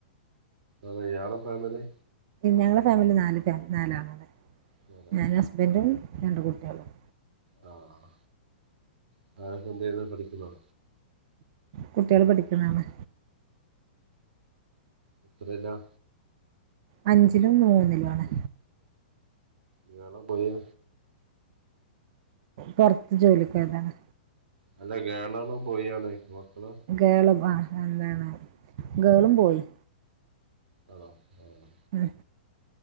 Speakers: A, on the right; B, on the right.
A: അതെ ഇയാളെ ഫാമിലി
B: ഞങ്ങളെ ഫാമിലി നാല് ഫാമി നാലാളാണ്
A: നാലാളാ
B: ഞാനും ഹസ്ബൻഡും രണ്ട് കുട്ടികളും
A: ആഹ് പിള്ളേരൊക്കെ എന്തെയ്യിന്നെ പഠിക്കുന്നോ?
B: കുട്ടികള് പഠിക്ക്ണാണ്
A: എത്രയില?
B: അഞ്ചിലും മൂന്നിലും ആണ്
A: ഗേളോ, ബോയിയോ?
B: പൊറത്ത് ജോലിക്ക് പോയതാണ്.
A: അല്ല ഗേളാണോ ബോയിയാണോ ചോയ്ക്ക മക്കള്?
B: ഗേള് ആഹ് എന്താണ് ഗേളും, ബോയിം
A: ആണോ? ആഹ്
B: ആഹ്